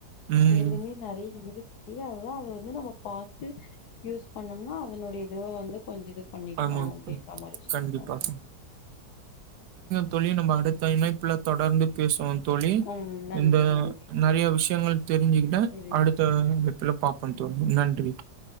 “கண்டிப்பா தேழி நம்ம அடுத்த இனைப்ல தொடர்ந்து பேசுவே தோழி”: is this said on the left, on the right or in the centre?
Right